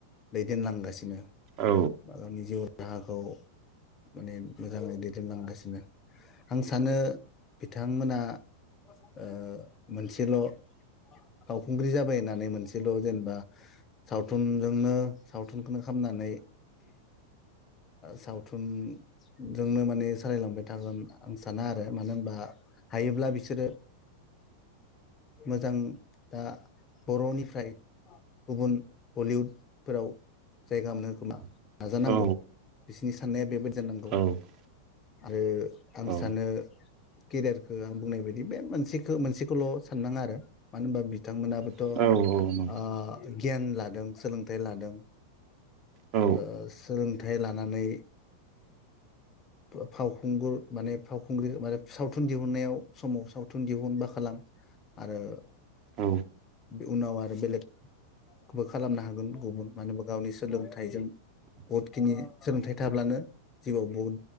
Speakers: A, on the left; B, on the right.
A: दैदेनलांगासिनो
B: औ
A: बा गावनि जिउ राहाखौ माने मोजाङै दैदेनलांगासिनो आं सानो बिथांमोना ओ मोनसेल' फावखुंग्रि जाबाय होननानै मोनसे सेल' जेनेबा सावथुनजोंनो सावथुनखौनो खामनानै सावथुनजोंनो माने सालायलांबाय थागोन आं साना आरो मानो होनबा हायोब्ला बिसोरो मोजां दा बर'निफ्राय गुबुन बलिउडफोराव जायगा मोननो खोमा नाजानांगौ
B: औ
A: बिसिनि साननाया बेबायदि जानांगौ।
B: औ
A: आरो आं
B: औ
A: सानो केरियारखो आं बुंनाय बायदि बे मोनसेखो मोनसे खोल' साननाङा आरो मानो होनबा बिथांमोनाबोथ'
B: औ औ नंगौ
A: आ गियान लादों सोलोंथाइ लादों
B: औ
A: ओ सोलों थाइ लानानै फा फावखुंगुर माने फावखुंग्रि माने सावथुन दिहुननायाव समाव सावथुन दिहुनबा खालाम आरो
B: औ
A: बे उनाव आ रो बेलेग बो खालामनो हागोन गुबुन मानो होनबा गावनि सोलोंथाइजों बुहुदखिनि सोलोंथाइ थाब्लानो जिउआव बुहुद